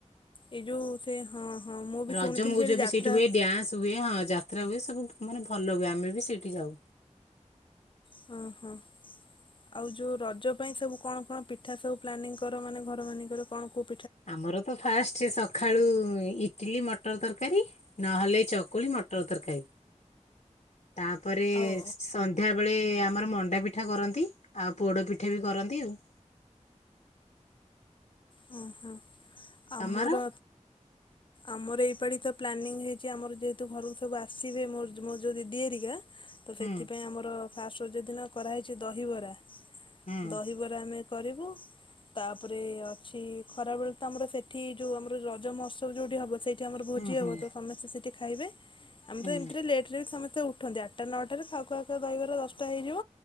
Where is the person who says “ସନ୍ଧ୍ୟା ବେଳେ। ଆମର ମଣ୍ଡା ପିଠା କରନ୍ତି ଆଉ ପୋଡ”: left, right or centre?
Left